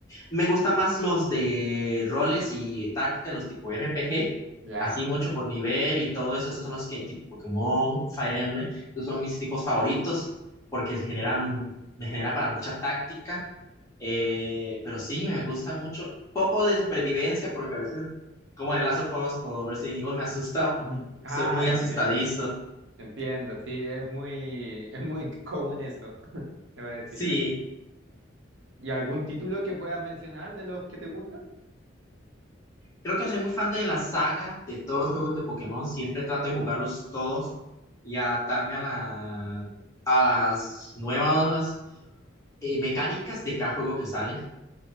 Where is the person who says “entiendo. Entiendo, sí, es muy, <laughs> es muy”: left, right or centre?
Right